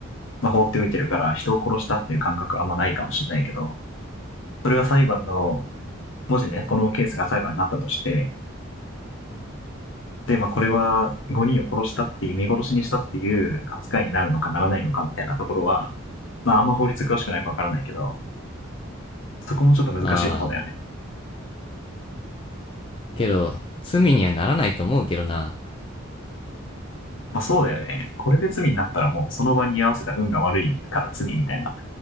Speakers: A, on the left (about 65°); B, on the left (about 25°).
A: まあ、放っておいてるから人を殺したっていう感覚はあんまないかもしれないけど、それが裁判の、もしね、このケースが裁判になったとして、で、まあ、これは5人を殺したっていう、見殺しにしたっていう扱いになるのかならないのかみたいなところは、まあ、あんま法律詳しくないかわからないけど、そこもちょっと難しいところだよね。
B: ああ、けど、罪にはならないと思うけどな。
A: まあ、そうだよね。これで罪になったらもう、その場に居合わせた運が悪いから罪みたいな、そ